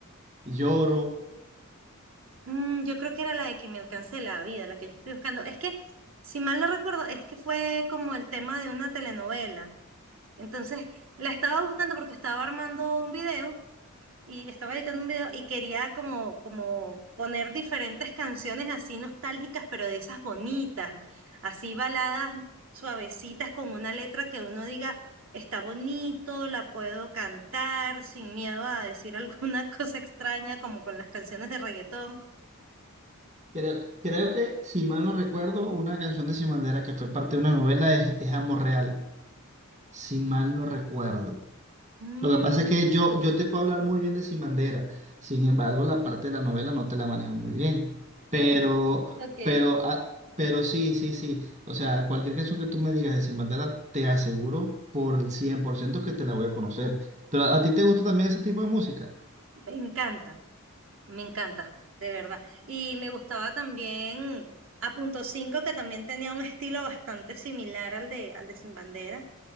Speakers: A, on the right; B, on the right.
A: Lloro.
B: Mm, yo creo que era la de que me alcance la vida, la que yo estoy buscando. Es que, si mal no recuerdo, es que fue como el tema de una telenovela. Entonces, la estaba buscando porque estaba armando un video y estaba editando un video y quería como, como poner diferentes canciones así nostálgicas, pero de esas bonitas, así baladas suavecitas con una letra que uno diga, está bonito, la puedo cantar sin miedo a decir alguna <laughs> cosa extraña como con las canciones de reggaetón.
A: Creo, creo que, si mal no recuerdo, una canción de Sin Bandera que fue parte de una novela es, es Amor Real, si mal no recuerdo.
B: Mm,
A: Lo que pasa es que yo, yo te puedo hablar muy bien de Sin Bandera, sin embargo, la parte de la novela no te la manejo muy bien. Pero,
B: Ok.
A: pero, ah, pero sí, sí, sí. O sea, cualquier canción que tú me digas de Sin Bandera, te aseguro por el 100% que te la voy a conocer. Pero a, a ti te gusta también ese tipo de música.
B: me encanta, me encanta, de verdad. Y me gustaba también a punto cinco que también tenía un estilo bastante similar al de, al de Sin Bandera